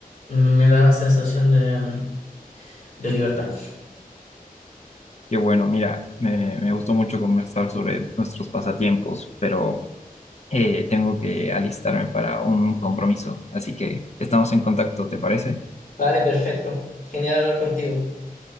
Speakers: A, on the left; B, on the left.
A: Mm, Me da una sensación de, mm, de libertad.
B: Qué bueno, mira, me, me gustó mucho conversar sobre nuestros pasatiempos, pero eh, tengo que alistarme para un compromiso, así que estamos en contacto, ¿te parece?
A: Vale, perfecto. Genial hablar contigo.